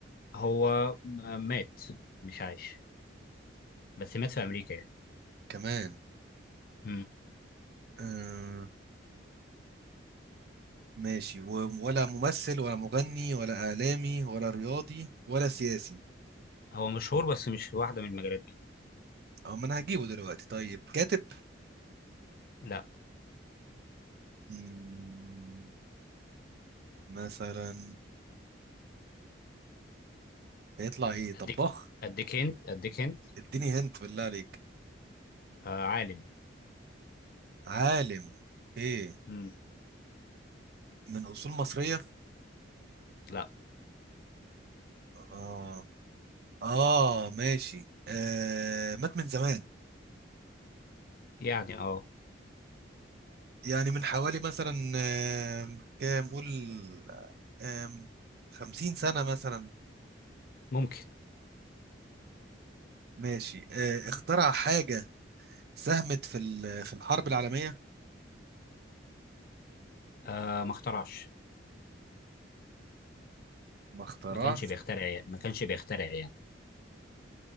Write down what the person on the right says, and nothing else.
كمان
آه ماشي و- ولا ممثل ولا مغني ولا اعلامي ولا رياضي ولا سياسي
اه ما انا هجيبه دلوقتي طيب كاتب
مم، مثلا هيطلع ايه طباخ
اديني هنت بالله عليك
عالم ايه
من اصول مصرية
اه اه ماشي آه مات من زمان
يعني من حوالي مثلا آه كام قول آه، كام خمسين سنة مثلا
ماشي آه اخترع حاجة ساهمت في ال- في الحرب العالمية
ما اخترعش